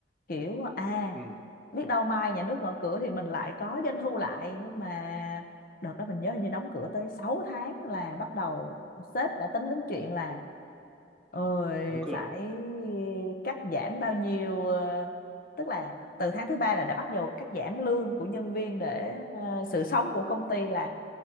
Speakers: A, on the left (about 50°); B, in the centre.
A: kiểu à
B: ừ,
A: biết đâu mai nhà nước mở cửa thì mình lại có doanh thu lại nhưng mà đợt đó mình nhớ hình như đóng cửa tới 6 tháng là bắt đầu sếp đã tính đến chuyện là ơi
B: đóng cửa
A: phải cắt giảm bao nhiêu ờ, tức là từ tháng thứ ba là đã bắt đầu cắt giảm lương của nhân viên để ờ, sự sống của công ty là